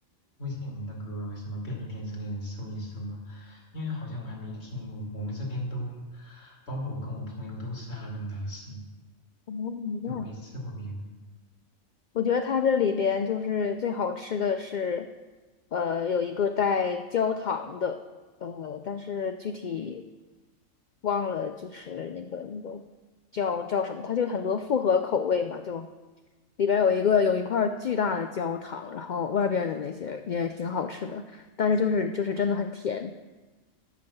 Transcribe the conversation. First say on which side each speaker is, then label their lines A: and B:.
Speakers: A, on the left (about 55°); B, on the left (about 75°).
A: 附近的那个什么便利店之类的搜一搜嘛，因为好像我还没听过，我们这边都，包括我跟我朋友都吃阿根达斯，
B: 哦，
A: 就没吃过别的。
B: 我觉得它这里边就是最好吃的是，呃，有一个带焦糖的，呃，但是具体忘了，就是那个那个叫叫什么，它就很多复合口味嘛，就里边有一个有一块儿巨大的焦糖，然后外边的那些也挺好吃的，但是就是就是真的很甜，